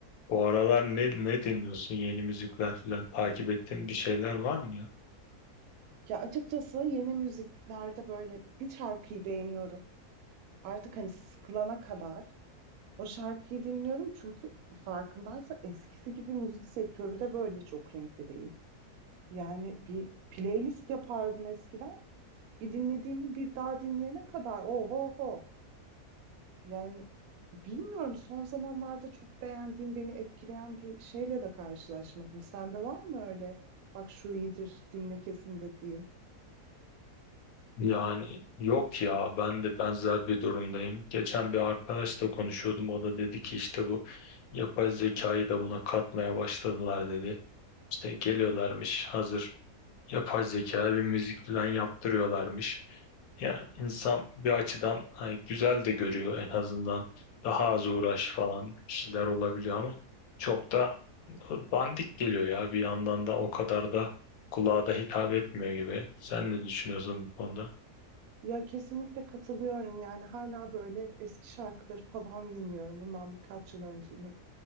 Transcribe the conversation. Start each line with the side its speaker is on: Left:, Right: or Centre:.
Left: bu aralar ne ne dinliyorsun? Yeni müzikler falan takip ettiğin bir şeyler var mı ya?
Right: Ya açıkçası yeni müziklerde böyle bir şarkıyı beğeniyorum. Artık hani sıkılana kadar o şarkıyı dinliyorum. Çünkü farkındaysa eskisi gibi müzik sektörü de böyle çok renkli değil. Yani bir playlist yapardım eskiden. Bir dinlediğimi bir daha dinleyene kadar oho ho. Yani Bilmiyorum son zamanlarda çok beğendiğim, beni etkileyen bir şeyle de karşılaşmadım. Sende var mı öyle? Bak şu iyidir, dinle kesin dediğin.
Left: Yani yok ya ben de benzer bir durumdayım. Geçen bir arkadaşla konuşuyordum. O da dedi ki işte bu yapay zekayı da buna katmaya başladılar dedi. İşte geliyorlarmış hazır yapay zekaya bir müzik falan yaptırıyorlarmış. Ya insan bir açıdan hani güzel de görüyor en azından. Daha az uğraş falan bir şeyler olabiliyor ama çok da bandik geliyor ya bir yandan da o kadar da kulağa da hitap etmiyor gibi. Sen ne düşünüyorsun bu konuda?
Right: Ya kesinlikle katılıyorum yani hala böyle eski şarkıları falan dinliyorum. Bundan birkaç yıl öncenin